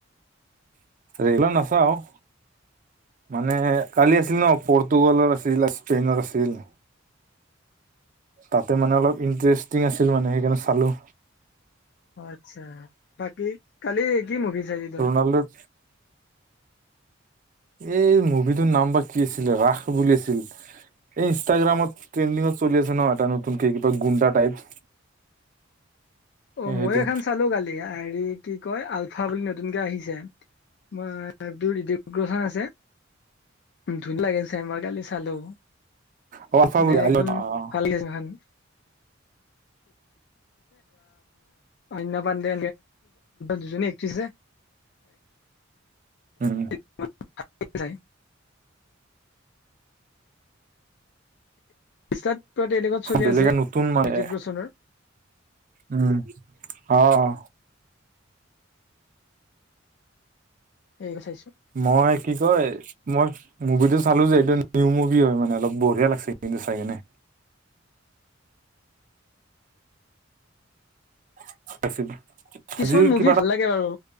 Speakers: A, on the right; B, on the left.
A: ৰেলত নাচাও মানে কালি আছিল ন, পৰ্তুগালৰ আছিল, স্পেইনৰ আছিল, তাতে মানে অলপ ইণ্টাৰেষ্টিং আছিল মানে সেইকাৰণে চালো।
B: আচ্ছা, বাকী কালি কি মুভি চালি তই?
A: তালত এই মুভিটোৰ নাম বা কি আছিলে, ৰাস বুলি আছিল। এই ইনষ্টাগ্ৰামত ট্ৰেণ্ডিংত চলি আছে ন এটা নতুনক কিবা গুণ্ডা টাইপ।
B: অ'
A: সেইটো
B: মই এখান চালো কালি, হেৰি কি কয় আলফা বুলি নতুনকে আহিছে। মই ঋতিক ৰৌচন আছে, ধুন লাগিল চাই মই কালি চালো,
A: অ
B: মানে একদম ভাল লাগিল চাই। অনন্যা পাণ্ডে দুজনী একট্ৰেছ আছে।
A: উম
B: <unintelligible> ইনষ্টাত পুৰা ট্ৰেডিংট চলি
A: বেলেগে
B: আছে,
A: নতুন মানে
B: ঋতিক ৰৌচনৰ
A: উম অ'
B: সেৰি ক চাইছোঁ,
A: মই কি কয় মই মুভিটো চালো যে এইটো নিউ মুভি হয়, মানে অলপ বঢ়িয়া লাগিছে কিন্তু চাই কিনে। <inaudible>
B: কিছুমান মুভি
A: কিবা
B: ভাল লাগে বাৰু।